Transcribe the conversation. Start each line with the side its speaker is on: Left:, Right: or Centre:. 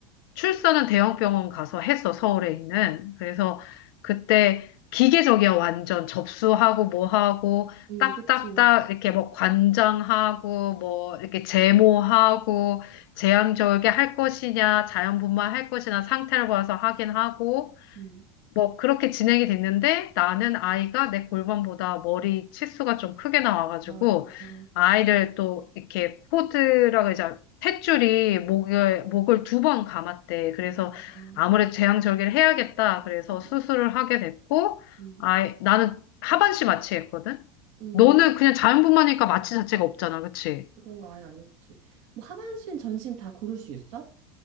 Left: 출산은 대형 병원 가서 했어, 서울에 있는. 그래서 그때 기계적이야, 완전. 접수하고, 뭐 하고,
Right: 음,
Left: 딱딱딱,
Right: 그치.
Left: 이렇게 뭐 관장하고, 뭐, 이렇게 제모하고, 제왕절개 할 것이냐, 자연분만 할 것이냐, 상태를 봐서 하긴 하고,
Right: 음.
Left: 뭐 그렇게 진행이 됐는데 나는 아이가 내 골반보다 머리 치수가 좀 크게 나와가지고
Right: 아, 어,
Left: 아이를 또 이렇게 코드라고 이제 탯줄이 목을 목을 두 번 감았대. 그래서
Right: 아,
Left: 아무래도 재앙절개를 해야겠다. 그래서
Right: 음,
Left: 수술을 하게 됐고
Right: 음,
Left: 아이 나는 하반신 마취했거든.
Right: 음,
Left: 너는 그냥 자연분만이니까 마취 자체가 없잖아, 그치?
Right: 그런 거 아예 안 했지. 뭐 하반신, 전신 다 고를 수 있어?